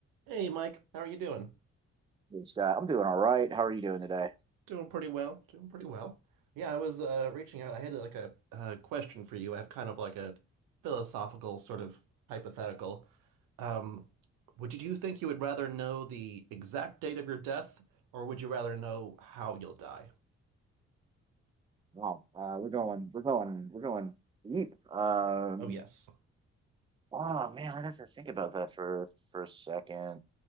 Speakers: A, on the right; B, on the right.
A: Hey Mike, how are you doing?
B: Hey, Scott, I'm doing all right. How are you doing today?
A: Doing pretty well. Doing pretty well. Yeah, I was uh, reaching out. I had like a, uh question for you. I have kind of like a philosophical sort of hypothetical. Um, would you, do you think you would rather know the exact date of your death, or would you rather know how you'll die?
B: Well, uh, we're going, we're going, we're going deep. Um,
A: Oh yes.
B: oh man, I got to think about that for for a second.